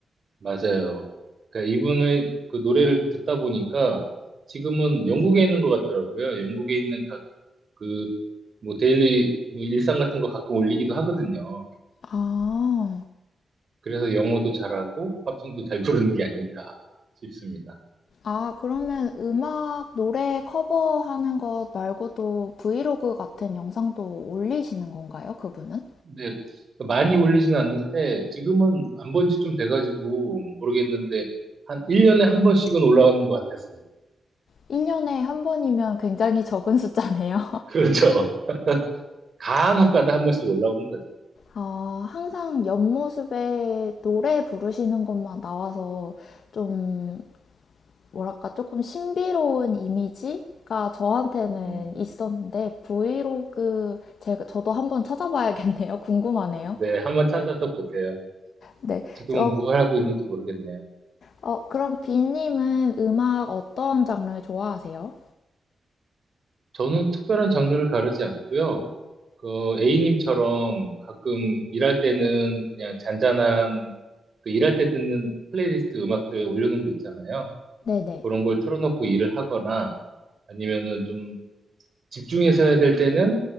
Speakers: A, on the right; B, on the left.
A: 맞아요. 그러니까 이분의 그 노래를 듣다 보니까 지금은 영국에 있는 것 같더라고요. 영국에 있는 각 그 뭐 데일리 뭐 일상 같은 거 가끔 올리기도 하거든요.
B: 아,
A: 그래서 영어도 잘하고 팝송도 잘 부르는 게 아닐까 싶습니다.
B: 아 그러면 음악 노래 커버하는 것 말고도 브이로그 같은 영상도 올리시는 건가요? 그분은?
A: 근데 많이 올리지는 않는데 지금은 안 본 지 좀 돼가지고 모르겠는데 한 1년에 한 번씩은 올라오는 것 같았어요.
B: 1년에 한 번이면 굉장히 적은 <laughs> 숫자네요.
A: <laughs> 그렇죠. 간혹 가다 한 번씩 올라오는 거죠.
B: 어, 항상 옆모습에 노래 부르시는 것만 나와서 좀, 뭐랄까, 조금 신비로운 이미지가 저한테는
A: 음.
B: 있었는데, 브이로그, 제가, 저도 한번 찾아봐야겠네요. <laughs> 궁금하네요.
A: 네, 한번 찾아서 보세요.
B: 네.
A: 지금은
B: 어,
A: 뭘 하고 있는지 모르겠네요.
B: 어, 그럼 비님은 음악 어떤 장르 좋아하세요?
A: 저는 특별한 장르를 가르지 않고요. 그 A님처럼 가끔 일할 때는 그냥 잔잔한 그 일할 때 듣는 플레이리스트 음악들 올려놓은 거 있잖아요.
B: 네네.
A: 그런 걸 틀어놓고 일을 하거나 아니면은 좀 집중해서 해야 될 때는